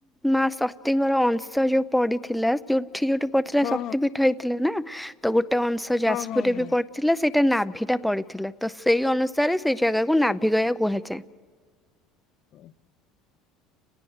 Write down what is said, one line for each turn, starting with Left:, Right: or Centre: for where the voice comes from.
Centre: ମା ସତୀଙ୍କର ଅଂଶ ଯୋଉ ପଡିଥିଲା ଯୋଉ ଯୋଠି ଯୋଉଠି ପଡିଥିଲା
Left: ହଁ
Centre: ଶକ୍ତି ପୀଠ ହେଇଥିଲା ନା ତ ଗୋଟେ ଅଂଶ ଯାଜପୁରରେ
Left: ହଁ ହଁ ହଁ।
Centre: ବି ପଡିଥିଲା ସେ ନାଭିଟା ପଡିଥିଲା ତ ସେଇ ଅନୁସାରେ ସେଇ ଜାଗାକୁ ନାଭି ଗୟା କୁହାଯାଏ।
Left: ଓହୋ।